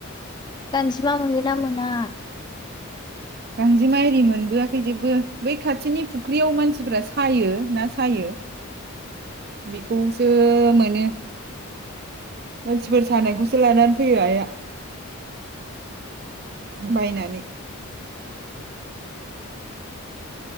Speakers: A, on the left (about 20°); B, on the right (about 45°).
A: गांजेमा मोनो ना मोना?
B: गांजेमा आरि मोनबोआखै जेबो बै खाथिनि फुख्रियाव मानसिफ्रा सायो ना सायो। बेखौसो मोनो। मानसिफोर सानायखौसो लानानै फैयो आइया। बायनानै